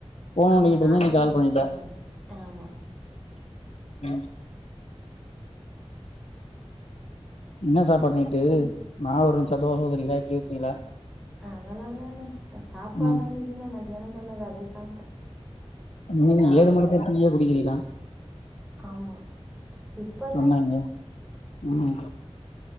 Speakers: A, on the left; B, in the centre.
A: ஃபோன் நோண்டிட்ருந்தே
B: ஆமா நான்தா
A: நீ கால்
B: உனக்கு
A: பண்ணிட்ட
B: ஃபோன் பண்ணே ஆமா
A: ம் என்ன சாப் அப்ப நைட்டு
B: ம்
A: நா ஒரு <unintelligible> டயட்லருக்கீங்ளா
B: அதெல்லால்லாண்ணே சாப்பாடு
A: ம்
B: இருந்துச்சுன்னே மதியானோ பண்ணது அதே சாப்ட்டோ
A: நீங்க
B: காலைலதா
A: ஏழு மணிக்கு டீயே
B: ட்
A: குடிக்கிறீங்களா
B: ஆமா இப்பல்லண்ணே
A: சொன்னாங்க ம்